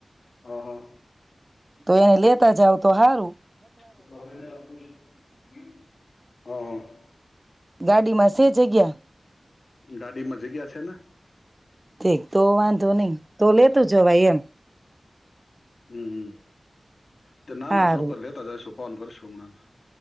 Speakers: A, on the left; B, on the right.
A: હા, હા.
B: તો એને લેતા જાવ તો હારુ.
A: તો <unintelligible> હા, હા.
B: ગાડીમાં શે જગ્યા?
A: ગાડીમાં જગ્યા છે ને.
B: ઠીક તો વાંધો નઈ, તો લેતું જવાઈ એમ.
A: હમ્મ-હમ્મ. તે નાના
B: હારું
A: છોકર લેતા જાશું. ફોન કરશું હમણાં.